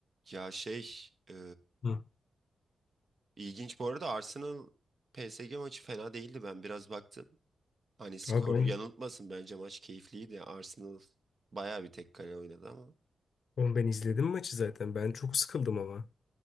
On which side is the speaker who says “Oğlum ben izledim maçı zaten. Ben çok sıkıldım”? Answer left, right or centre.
Left